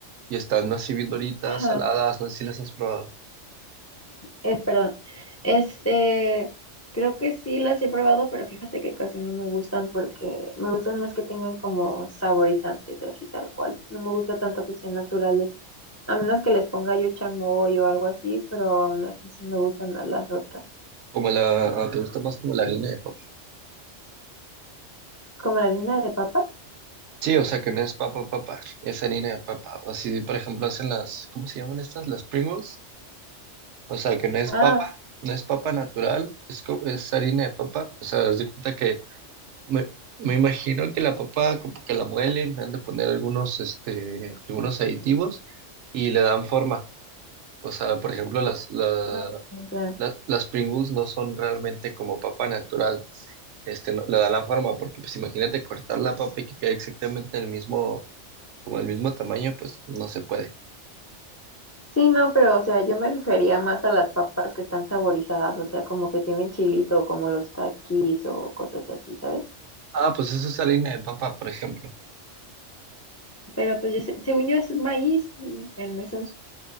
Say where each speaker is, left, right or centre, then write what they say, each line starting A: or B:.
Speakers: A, on the right; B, on the left.
A: y están así bien doritas,
B: ajá,
A: saladas, no sé si las has probado.
B: eh, perdón. Este, creo que sí las he probado, pero fíjate que casi no me gustan porque me gustan más que tengan como saborizantes y así tal cual. No me gusta tanto que sean naturales, a menos que les ponga yo chamoy o algo así, pero aún así sí me gustan más las otras.
A: Como la, ah, ¿te gusta más como la harina de papa?
B: ¿Como la harina de papa?
A: Sí, o sea que no es papa papa, es harina de papa. O así, por ejemplo, hacen las, ¿cómo se llaman estas? Las Pringles. O sea que no es
B: Ah,
A: papa, no es papa natural, es, co- es harina de papa. O sea, haz de cuenta que me, me imagino que la papa como que la muelen, le han de poner algunos, este, algunos aditivos y le dan forma. O sea, por ejemplo, las, la-
B: Ah, ya.
A: la- las Pringles no son realmente como papa natural. Este, no- le dan la forma, porque pues imagínate cortar la papa y que quede exactamente el mismo como del mismo tamaño, pues no se puede.
B: Sí, no, pero o sea, yo me refería más a las papas que están saborizadas, o sea, como que tienen chilito, como los taquis o cosas así, ¿sabes?
A: Ah, pues eso es harina de papa, por ejemplo.
B: Pero pues yo sé- según yo es maíz mm, en esos.